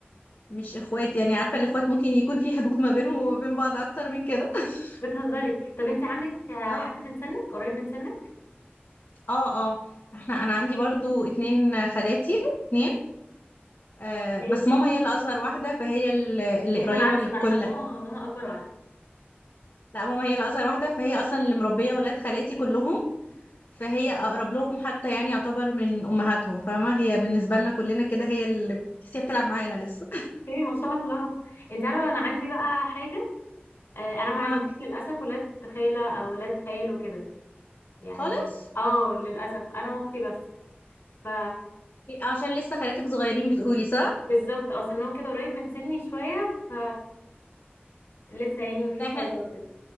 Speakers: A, on the left (about 65°); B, on the left (about 85°).
A: مش اخوات يعني عارفه الاخوات ممكن يكون في حدود ما بينهم وما بين بعض اكتر من كده <laughs>
B: بتهزري طب انت عندك آه،
A: اه
B: حد من سنك قريب من سنك
A: اه اه احنا انا عندي برضو اتنين خالاتي اتنين آه
B: اوكي
A: بس ماما هي اللي اصغر واحده فهي ال- اللي
B: ده احنا
A: قريبه
B: العكس
A: للكل
B: بقى احنا ماما ماما اكبر واحده
A: لا ماما هي اللي اصغر واحده فهي اصلا اللي مربيه ولاد خالاتي كلهم فهي اقرب لهم حتى يعني يعتبر من امهاتهم فاهمه هي بالنسبه لنا كلنا كده هي اللي بتحسيها بتلعب معانا لسه
B: ايه ما شاء الله انت عارفه انا عندي بقى حاجه آه،
A: <laughs>
B: انا ما عنديش
A: اه
B: للاسف ولاد خاله او ولاد خال وكده يعني
A: خالص
B: اه للاسف انا واختي بس ف
A: إيه، عشان لسه خالاتك صغيرين بتقولي صح؟
B: بالظبط اه سنهم كده قريب من سني شويه ف لسه يعني مفيش
A: لا احنا
B: حاجه وكده